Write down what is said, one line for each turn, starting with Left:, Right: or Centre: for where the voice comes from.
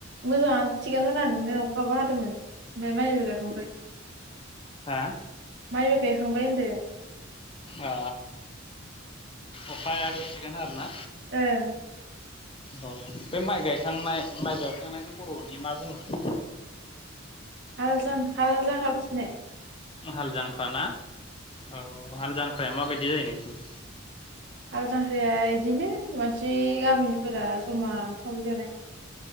Right: मोजाङानो थिगानो जानादोङो अखाबो हादोंमोन ओमफ्राय माइबो गाखांबाय
Left: हा
Right: माइ गायखांबाय होनदों।
Left: आ अखायाबो थिगानो आरोना
Right: ओं
Left: औ बे माइ गायखांनाय माइ गायखांनायखौ बर'नि मा बुङो।
Right: हाल जां हाल जांख्रा उथिनाय
Left: हाल जांख्राना औ हाल जांख्राया माबायदि जायो नोंसोरनिथिं
Right: हाल जांख्राया बिदिनो मानसि गामिनिफोरा जमा सावै जानाय